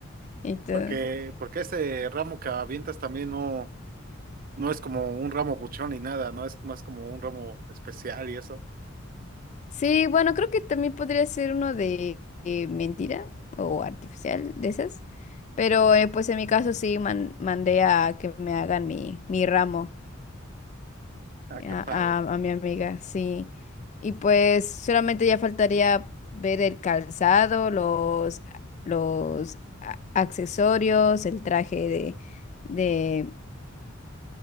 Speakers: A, on the left; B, on the right.
A: y todo.
B: Porque, porque ese ramo que avientas también no, no es como un ramo buchón ni nada, ¿no? Es más como un ramo especial y eso.
A: Sí, bueno, creo que también podría ser uno de eh, mentira o artificial de esas. Pero eh, pues en mi caso sí man- mandé a que me hagan mi, mi ramo
B: Ah,
A: eh,
B: qué
A: a,
B: padre.
A: a- a mi amiga, sí. Y pues solamente ya faltaría ver el calzado, los, los a- accesorios, el traje de, de,